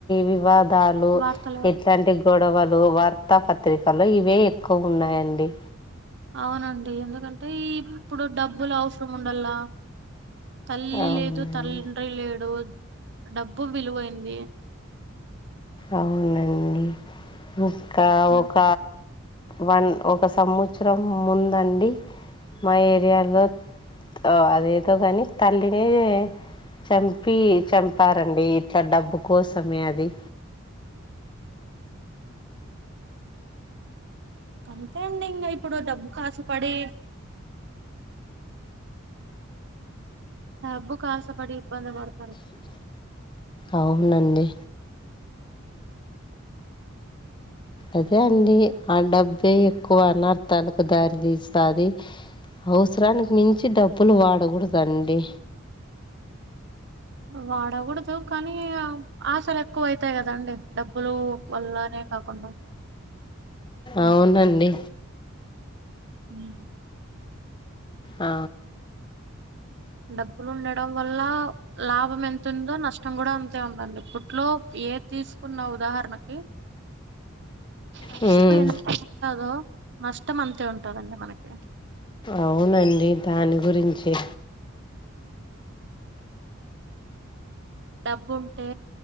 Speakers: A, on the left; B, on the right.
A: వివాద్ దాలు
B: వార్తలు
A: ఇట్లాంటి గొడవలు వర్త్ తా పత్రికల్లో ఇవే ఎక్కువున్నాయండి.
B: అవునండి ఎందుకంటే ఇప్పుడు డబ్బులు అవసరం ఉండల్ల తల్లి
A: అవునండి.
B: లేదు, తండ్రి లేడు. డబ్బు విలువైంది.
A: అవునండి ఇంకా
B: ఆ,
A: ఒక వన్ ఒక సంవత్సరం ముందండి మా ఏరియాలో ఆ అదేదో కాని తల్లినే చంపి చంపారండి ఇట్ల డబ్బు కోసమే అది.
B: అంతే అండి ఇంక ఇప్పుడు డబ్బుకాసపడి డబ్బుకి ఆసపడి ఇబ్బంది పడు
A: అవునండి అదే అండి ఆ డబ్బే ఎక్కువ అనర్థాలకు దారి తీస్తాది. అవసరానికి మించి డబ్బులు వాడకూడదండి.
B: వాడకూడదు కానీ, ఆశలు ఎక్కువ అవుతాయి కదండి! డబ్బులు వల్లనే. కాకుండ
A: అవునండి
B: మ్
A: ఆ
B: డబ్బులు ఉండడం వల్ల లాభం ఎంతుందో నష్టం కూడ అంతే ఉండడి ఇప్పట్లో ఏది తీసుకున్నా ఉదాహరణకి ఖర్చు
A: హ్మ్.
B: ఎంత ఉంటాదో నష్టం అంతే ఉంటాదండి మనకి.
A: అవునండి దాని గురించే
B: డబ్బుంటే